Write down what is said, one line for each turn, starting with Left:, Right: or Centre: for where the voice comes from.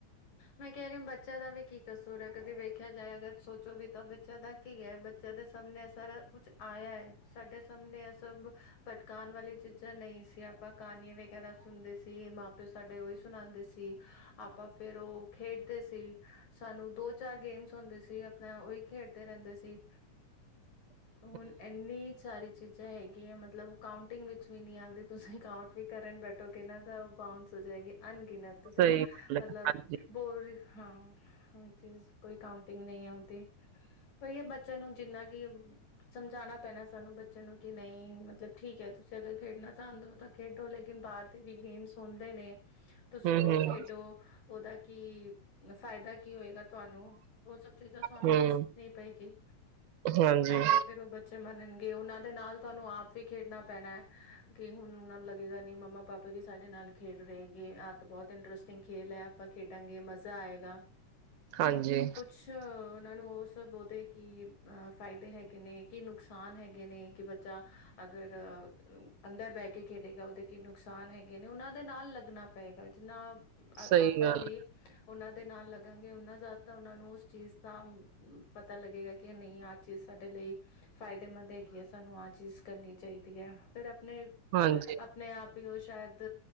Left: ਮੈਂ ਕਹਿ ਰੀ ਆ ਬੱਚਿਆਂ ਦਾ ਵੀ ਕੀ ਕਸੂਰ ਹੈ? ਕਦੀ ਵੇਖਿਆ ਜਾਏ, ਅਗਰ ਸੋਚੋ ਵੀ ਤਾਂ ਬੱਚਿਆਂ ਦਾ ਕੀ ਹੈ? ਬੱਚਾ ਦੇ ਸਾਹਮਣੇ ਸਾਰਾ ਕੁਛ ਆਇਆ ਹੈ। ਸਾਡੇ ਸਾਹਮਣੇ ਏਹ ਸਭ ਪਟਕਾਣ ਵਾਲੀਆਂ ਚੀਜ਼ਾਂ ਨਈ ਸ ਸੀ, ਆਪਾਂ ਕਾਣੀਆਂ ਵਗੈਰਾ ਸੁਣਦੇ ਸੀ। ਮਾਂ ਪਿਓ ਸਾਡੇ ਉਹੀ ਸੁਣਾਉਂਦੇ ਸੀ। ਆਪਾਂ ਫੇਰ ਉਹ ਖੇਡਦੇ ਸੀ, ਸਾਨੂੰ ਦੋ ਚਾਰ ਗੇਮਸ ਹੁੰਦੇ ਸੀ, ਆਪਣਾ ਉਹੀ ਖੇਡਦੇ ਰਹਿੰਦੇ ਸੀ।
Right: <inaudible>
Left: ਹੁਣ ਐਨੀ ਸਾਰੀ ਚੀਜ਼ਾਂ ਹੈਗੀਆਂ ਮਤਲਬ, ਕਾਊਂਟਿੰਗ ਵਿੱਚ ਵੀ ਨਹੀਂ ਆਉਂਦੀ, ਤੁਸੀਂ ਕਾਊਂਟ ਵੀ ਕਰਨ ਬੈ ਠੋਗੇ ਨਾ ਦਾ ਬਾਊਂਸ ਹੋ ਜਾਏਗੇ, ਅਨਗਿਨਤ। ਤੁਸੀਂ
Right: ਸਹੀ ਗੱਲ ਹੈ
Left: ਮਤਲਬ
Right: ਹਾਂਜੀ
Left: ਔਰੀ ਹਾਂ, ਹਰ ਚੀਜ਼ ਕੋਈ ਕਾਉਂਟਿੰਗ ਨਈ ਔ ਤੇ। ਉਹਉ ਬੱਚਿਆਂ ਨੂੰ ਜਿੰਨਾ ਮਤਬ ਕਿ ਉ ਸਮਝਾਉਣਾ ਪੈਣਾ ਸਾਨੂੰ ਬੱਚੇ ਨੂੰ, ਕਿ ਨਹੀਂ ਮਤਲਬ ਠੀਕ ਹੈ, ਤੁਸੀਂ ਅਗਰ ਖੇਡਣਾ ਚਾਹੁੰਦੇ ਹੋ ਤਾਂ ਖੇਡੋ, ਲੇਕਿਨ ਬਾਹਰ ਤੇ ਵੀ ਗੇਮਸ ਹੁੰਦੇ ਨੇ। ਤੁਸੀਂ
Right: ਹੂੰ
Left: ਉਹ
Right: ਹੂੰ
Left: ਖੇਡੋ, ਉਹਦਾ ਕੀ ਫਾਇਦਾ ਕੀ ਹੋਏਗਾ ਤੁਹਾਨੂੰ? ਉਹ ਸਭ ਚੀਜ਼ਾਂ ਸਾਨੂੰ
Right: ਹੂੰ
Left: ਦੱਸਣੀ ਪਏਗੀ।
Right: ਹਾਂਜੀ
Left: ਤਾਂ ਏਹ ਫੇਰ ਉਹ ਬੱਚੇ ਮੰਨਣ ਗੇ, ਉਹਨਾਂ ਦੇ ਨਾਲ ਤੁਹਾਨੂੰ ਆਪ ਵੀ ਖੇਡਣਾ ਪੈਣਾ ਏ, ਕਿ ਹੁਣ ਉਹਨਾਂ ਨੂੰ ਲੱਗੇਗਾ ਨੀ, ਮੰਮਾ ਪਾਪਾ ਵੀ ਸਾਡੇ ਨਾਲ ਨਾਲ ਖੇਡ ਰਹੇ ਹੇਗੇ। ਆਹ ਤਾਂ ਬਹੁਤ ਇੰਟਰਸਟਿੰਗ ਖੇਲ ਹੈ ਆਪਾਂ ਖੇਡਾਂਗੇ, ਮਜ਼ਾ ਆਏਗਾ।
Right: ਹਾਂਜੀ
Left: ਕੁਛ ਉਹਨਾਂ ਨੂੰ ਉਸ ਸਤਬ ਉਹਦੇ ਕੀ ਅਹ ਫਾਇਦੇ ਹੈਗੇ ਨੇ, ਕੀ ਨੁਕਸਾਨ ਹੈਗੇ ਨੇ? ਕਿ ਬੱਚਾ ਅਗਰ ਅ ਅੰਦਰ ਬਹਿ ਕੇ ਖੇਡੇਗਾ, ਉਹਦੇ ਕੀ ਨੁਕਸਾਨ ਹੈਗੇ ਨੇ, ਉਹਨਾਂ ਦੇ ਨਾਲ ਲੱਗਣਾ ਪਏਗਾ। ਜਿੰਨਾ ਅ
Right: ਸਹੀ
Left: ਆਪਾਂ
Right: ਗੱਲ
Left: ਵੀ, ਉਹਨਾਂ ਦੇ ਨਾਲ ਲੱਗਾਂਗੇ, ਔਨਾ ਜ਼ਿਆਦਾ ਉਹਨਾਂ ਨੂੰ ਉਸ ਚੀਜ਼ ਦਾ ਪਤਾ ਲੱਗੇਗਾ ਕੇ ਨਈ, ਆਹ ਚੀਜ਼ ਸਾਡੇ ਲਈ ਫਾਇਦੇਮੰਦ ਹੈਗੀ ਹੈ, ਸਾਨੂੰ ਆਹ ਚੀਜ਼ ਕਰਨੀ ਚਾਈਦੀ ਹੈ। ਫਿਰ ਆਪਣੇ,
Right: ਹਾਂਜੀ
Left: ਆਪਣੇ ਆਪ ਹੀ ਔਹ ਸ਼ਾਇਦ,